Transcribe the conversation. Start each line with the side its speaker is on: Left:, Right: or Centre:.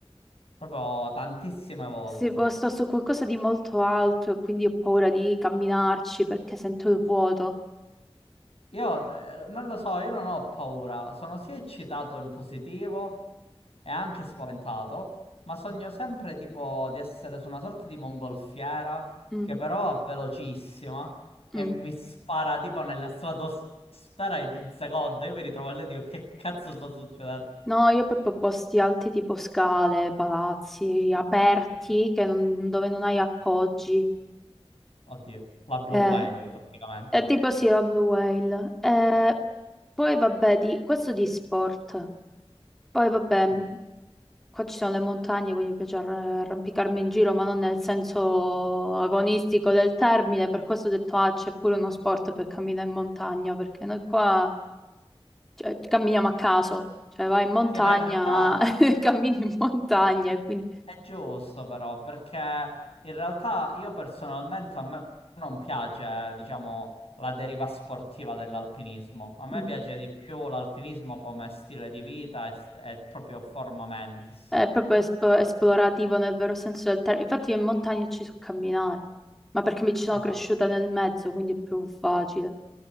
Left: Proprio tantissime volte.
Centre: Se po- sto su qualcosa di molto alto e quindi ho paura di camminarci perché sento il vuoto.
Left: Io eh, non lo so, io non ho paura. Sono sia eccitato in positivo è anche spaventato, ma sogno sempre tipo di essere su una sorta di mongolfiera
Centre: Mm,
Left: che però è velocissima e
Centre: mm.
Left: mi spara tipo nella stratosfera in un secondo. Io mi ritrovo lì e dico che cazzo sta succedendo?
Centre: No, io proprio posti alti tipo scale, palazzi aperti che non- dove non hai appoggi.
Left: Oddio, la Blue
Centre: Eh,
Left: Whale praticamente.
Centre: è tipo sì, la Blue Whale. Eh, poi vabbè, di, questo di sport. Poi vabbè.
Left: Mm.
Centre: mm, Qua ci sono le montagne, quindi mi piace arr- arrampicarmi in giro, ma non nel senso agonistico del termine. Per questo ho detto, ah, c'è pure uno sport per camminare in montagna, perché noi qua, cioè, camminiamo a caso. Cioè, vai in montagna,
Left: Sì, ma in realtà
Centre: <laughs> cammini in montagna, e quindi
Left: È giusto però, perché in realtà io personalmente a me non piace, diciamo, la deriva sportiva dell'alpinismo. A me
Centre: mm,
Left: piace di più l'alpinismo come stile di vita e, e proprio forma mentis.
Centre: è proprio esp- esplorativo nel vero senso del termine. Infatti io in montagna ci so camminare, ma perché mi ci sono
Left: Esatto,
Centre: cresciuta nel mezzo, quindi è più facile.